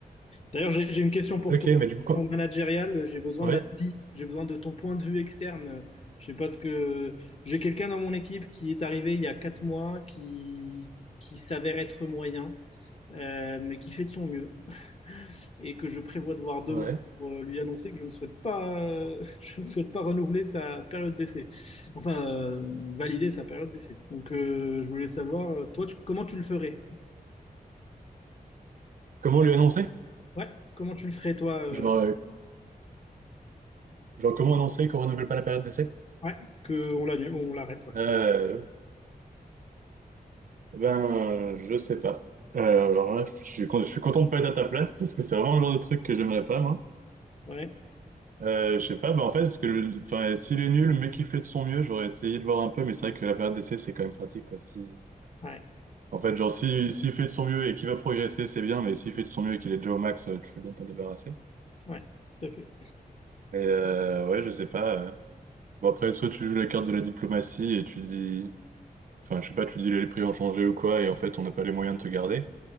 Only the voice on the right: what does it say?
Ok,
mais du coup, quoi?
Ouais.
Ouais.
Comment lui annoncer?
Genre, euh, genre comment annoncer qu'on renouvelle pas la période d'essai?
Euh, ben, euh, je sais pas. Euh, alors là, je suis, con- je suis content de pas être à ta place, parce que c'est vraiment le genre de truc que j'aimerais pas, moi.
Euh, je sais pas, bah en fait, parce que le- enfin, s'il est nul, mais qu'il fait de son mieux, j'aurais essayé de voir un peu, mais c'est vrai que la période d'essai, c'est quand même pratique, quoi. Si,
en fait, genre, si, s'il fait de son mieux et qu'il va progresser, c'est bien, mais s'il fait de son mieux et qu'il est déjà au max, euh, tu peux bien t'en débarrasser.
Et euh, ouais, je sais pas. euh. Bon, après, soit tu joues la carte de la diplomatie et tu dis, enfin, je sais pas, tu dis les prix ont changé ou quoi, et en fait, on n'a pas les moyens de te garder.